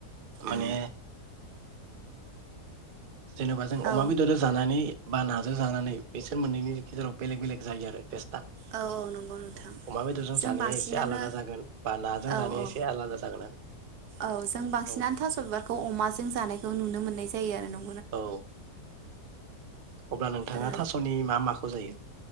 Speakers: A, on the right; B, on the right.
A: माने
B: ओ
A: जेनेबा जों
B: औ
A: अमा बेदरजों जानानै बा नाजों जानानै बेसोर मोननैनि गेजेराव बेलेग बेलेग जायो आरो। टेस्टआ
B: औ औ नंगौ नोंथां
A: औ अमा बेदरजों
B: जों
A: जानाया
B: बांसिनानो
A: एसे आलादा जागोन बा नाजों
B: औ
A: जानाया
B: औ
A: एसे आलादा जागोन आरो।
B: औ जों बांसिनानो
A: औ
B: थास' बिबारखौ अमाजों जानायखौ नुनो मोननाय जायो। आरो न
A: औ। अब्ला नोंथाङा
B: ओ
A: थास'नि मा माखौ जायो?